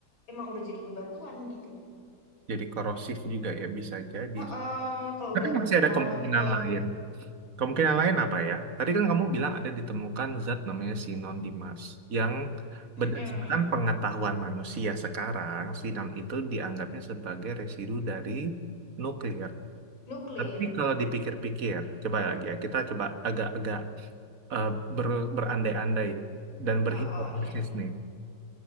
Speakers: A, on the left (about 80°); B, on the right (about 50°).
A: emang udah jadi bebatuan gitu.
B: jadi korosif juga ya bisa jadi
A: Heeh, kalau
B: tapi
A: udah
B: masih ada
A: lama
B: kemungkinan
A: juga
B: lain Kemungkinan lain apa ya? Tadi kan kamu bilang ada ditemukan zat namanya sinon Dimas yang berdasarkan
A: heeh,
B: pengetahuan manusia sekarang, sinon itu dianggapnya sebagai residu dari nuklir.
A: nuklir.
B: Tapi kalau dipikir-pikir, coba lagi ya, kita coba agak-agak eh, ber- berandai-andai dan berhipotesis
A: Heeh, iya.
B: nih.